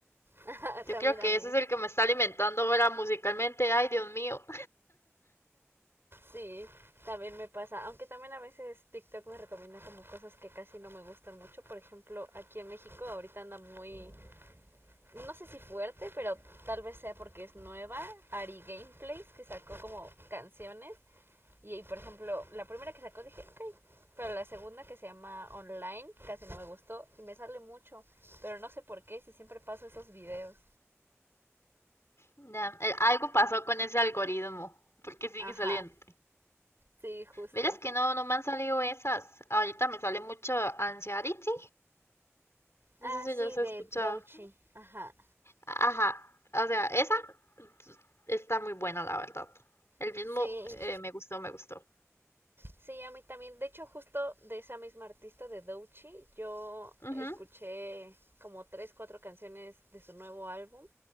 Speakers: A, on the right; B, on the left.
A: Ajá, <laughs>
B: Yo
A: también
B: creo que
A: a mí.
B: ese es el que me está alimentando ahora musicalmente. Ay, Dios mío.
A: Sí, también me pasa. Aunque también a veces TikTok me recomienda como cosas que casi no me gustan mucho. Por ejemplo, aquí en México ahorita anda muy, no sé si fuerte, pero tal vez sea porque es nueva. Ari Gameplays, que sacó como canciones. Y, y, por ejemplo, la primera que sacó dije, ok. Pero la segunda que se llama Online, casi no me gustó y me sale mucho. Pero no sé por qué, si siempre paso esos videos.
B: Ya, eh, algo pasó con ese algoritmo, porque sigue
A: Ajá,
B: saliendo.
A: Sí, justo.
B: Verás que no, no me han salido esas. Ahorita me sale mucho Anxiety.
A: Ah,
B: No sé si
A: sí,
B: ya se
A: de
B: ha escuchado.
A: Douchi. Ajá.
B: Ajá, o sea, esa t- está muy buena, la verdad. El
A: Sí,
B: ritmo eh, me gustó, me gustó.
A: sí, a mí también. De hecho, justo de esa misma artista de Douchi, yo
B: Ujú.
A: escuché como tres, cuatro canciones de su nuevo álbum,